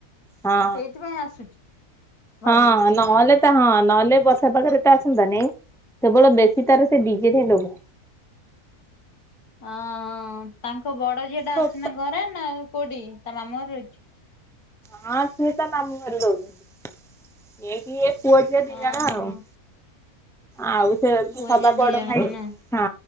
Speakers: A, in the centre; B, on the left.
A: ହଁ।
B: ସେଇଥିପାଇଁ ଆସୁଛି। ଘରକୁ।
A: ହଁ ନହଲେ ହଁ ନହେଲେ ବର୍ଷା ପାଗରେ ତ ଆସନ୍ତାନି, କେବଳ ବେଶୀ ତାର ସେ ଡିଜେ ଠାହିଁ ଲୋଭ।
B: ଅ ତାଙ୍କ ବଡ ଝିଅଟା
A: ହଁ
B: ଅଛି ନା ଘରେ ନା କୋଉଠି ତା ମାମୁଁ ଘରେ ଅଛି?
A: ହଁ ସିଏ ତା ଘରେ ରହୁଛନ୍ତି, ଏଇଠି ଇଏ ପୁଅ ଝିଅ ଦି
B: ଓହୋ।
A: ଜଣ ଆଉ। ଆଉ ସେ
B: ପୁଅ
A: ସବା
B: ଝିଅ ଦି
A: ବଡ
B: ଜଣ
A: ଭାଇ
B: ନା
A: ହଁ